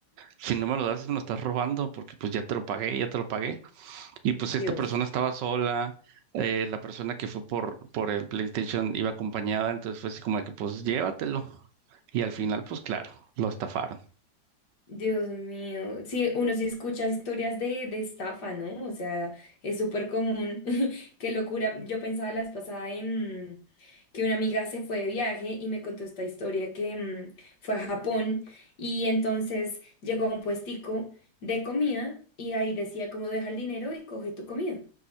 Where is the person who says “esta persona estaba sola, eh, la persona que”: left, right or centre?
Right